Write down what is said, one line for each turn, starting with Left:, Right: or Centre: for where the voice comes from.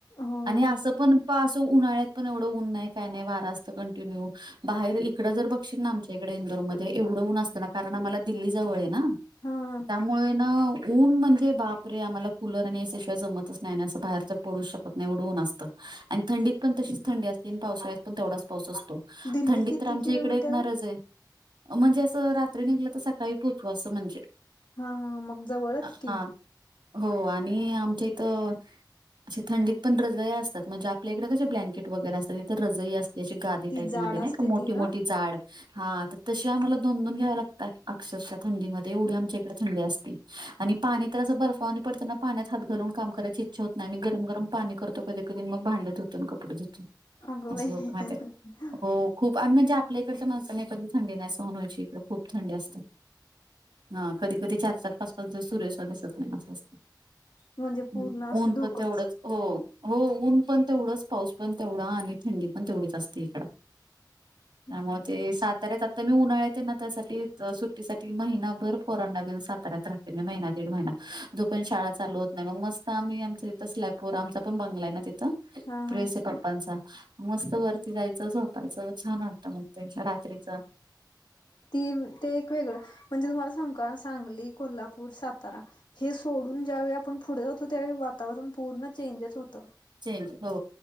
Left: हो
Right: आणि
Left: भरपूर
Right: असं पण पा असं उन्हाळ्यात पण ऊन नाही काय नाही वारा असतं कंटिन्यू. बाहेर इकडं जर बघशील ना आमच्या इकडे इंदोरमध्ये एवढं ऊन असतं ना कारण आम्हाला दिल्ली जवळ आहे ना
Left: हा हा
Right: त्यामुळे ना ऊन म्हणजे बाप रे आम्हाला कुलर आणि ए सी शिवाय जमतच नाही असं बाहेरच पडू शकत नाही एवढं ऊन असतं. आणि थंडीत पण तशीच थंडी असते आणि पावसाळ्यात पण तेवढच पाऊस असतो
Left: दिल्ली
Right: थंडीत
Left: किती
Right: तर आमच्या
Left: किलोमीटर
Right: इकडे येतणारज आहे. म्हणजे असं रात्री निघलं तर सकाळी पोहोचु असं म्हणजे
Left: हा हा मग जवळच
Right: अ हा.
Left: की
Right: हो आणि आमच्या इथं अशी थंडीत पण राजाय असतात म्हणजे आपल्याकडे ब्लँकेट वगैरे असतं तिथं रजय अस त्याची गादी
Left: ती
Right: टाईप
Left: जाड
Right: मध्ये
Left: असते
Right: नाही का मोठी
Left: ती
Right: मोठी
Left: ना
Right: जाड हा त तशी आम्हाला दोन दोन घ्याव लागतात अक्षरशः थंडीमध्ये एवढी आमच्या इकडे थंडी असती आणि पाणी तर असं बर्फानी पडतो ना पाण्यात हात घालून काम कराय ची इच्छा होत नाही आणि गरम गरम पाणी करतो कधी कधी मग भांडे धुतो अन कपडे धुतो.
Left: अगं
Right: असं
Left: बाई
Right: होतं माहितीये का हो खूप आणि म्हणजे आपल्या इकडच्या माणसाने कधी थंडी नाही सहन होयची इकडे खूप थंडी असते. हा कधी कधी चार चार, पाच -पाच जर सूर्यशवागेसच नाही असं आहेस.
Left: म्हणजे पूर्ण
Right: हम्म
Left: असं
Right: ऊन
Left: धोकंच
Right: पण तेवढंच हो हो ऊन पण तेवढाच, पाऊस पण तेवढा आणि थंडी पण तेवढीच असते इकडं.
Left: <inaudible>
Right: त्यामुळे ते सात आता मी उन्हाळ्यात आहे ना त्यासाठी तर सुट्टीसाठी महिनाभर फोरन नवीन सातऱ्या राहत. तिने महिना दीड महिना जो पण शाळा चालु होत नाही मग मस्त आम्ही आमच इथं स्लेयपूर आमचा पण बंगला आहे ना तिथं
Left: हा
Right: प्रिस
Left: हा
Right: सेप पप्पांचा मस्त वरती जायचं झोपायचं छान वाटतं मग ते असं रा त्रीचं
Left: ती ते एक वेगळं म्हणजे तुम्हाला सांग का सांगली, कोल्हापूर, सातारा हे सोडून ज्यावेळी आपण पुढे जातो त्यावेळी वातावरण पूर्ण चेंजच होतं.
Right: चेंज हो.